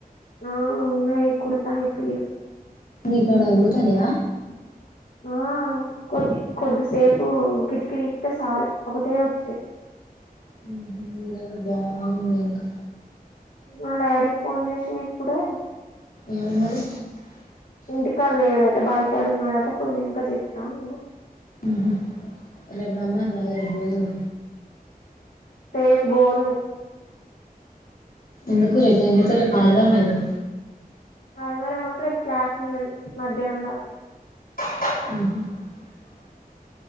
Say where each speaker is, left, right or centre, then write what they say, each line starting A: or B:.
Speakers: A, on the left; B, on the left.
A: ఆ ఉన్నయి కూడుతన్నయి ఫుల్లు.
B: మీకాడ కుడతన్నయా.
A: ఆ కొద్ది కొద్దిసేపు కిటికీ తిత్తే సాలు ఒకటే వత్తయి.
B: హుహ్ ఇడ కూడా బాగున్నయి ఇంకా.
A: మా డాడీకి ఫోన్ చేశిన ఇప్పుడే
B: ఏమన్నాడు
A: ఇంటికాడ లేడట బాఇ కాడున్నాడట పోయినంకా చెపత్త అన్నాడు
B: హు రేపు రమ్మనరాదు రేపు పోదువు
A: రేప్ బోను ఇగ
B: ఎందుకు రేప్ ఎం చెత్త వ్ రేపు ఆదివారమే కదా
A: అదివారమే కని రేప్ క్లాస్ ఉన్నది మధ్యాహ్నం దాకా
B: ఆహ